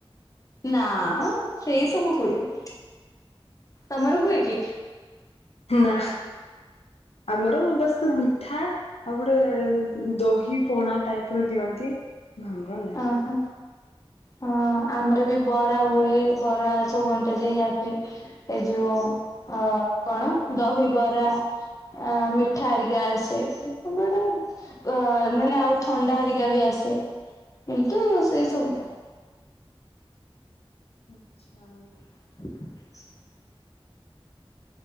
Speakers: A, on the left; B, on the left.
A: ନାଁ ସେଇ ସବୁ ହୁଏନି ତମର ହୁଏ କିଏ?
B: ନାଁ ଆମର ଏ ବର୍ଷ ମିଠା ଆଉ ଗୋଟେ ଦହି ପଣା ଟାଇପ୍ ର ଦିଅନ୍ତି। ଭାଙ୍ଗ ନାହିଁ।
A: ଅଁ, ହଁ। ହଁ, ଆମର ବି ବରା ହୁଏ, ବରା ସବୁ ବାଣ୍ଟା ଯାଏ ୟା ଫିର୍ ଏ ଯୋଉ ଅ କଣ ଦହିବରା ଆ ମିଠା ଆରିକା ଆସେ <unintelligible> ଗ ଏମାନେ ଆଉ ଥଣ୍ଡା ହରିକା ବି ଆସେ। କିନ୍ତୁ ସେଇ ସବୁନ
B: ଆଚ୍ଛା
A: <inaudible>